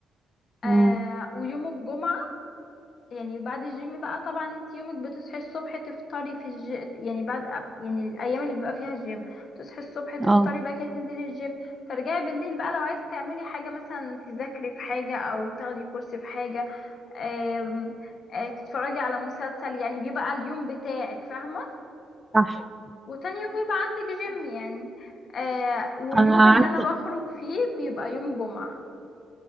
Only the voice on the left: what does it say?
آه
ويوم الجمعة يعني بعد الجيم بقى طبعا انت يومك بتصحي الصبح تفطري في الج... يعني بعد يعني الايام اللي بيبقى فيها الجيم تصحي الصبح تفطري
بقى كده تنزلي الجيم ترجعي بالليل بقى لو عايز تعملي حاجة مثلا تذاكري في حاجة او تاخدي كورس في حاجة آم... آه، تتفرجي على مسلسل يعني بيبقى اليوم بتاعك فاهمة
وتاني يوم بيبقى عندك جيم يعني آه واليوم
اللي انا بخرج فيه بيبقى يوم جمعة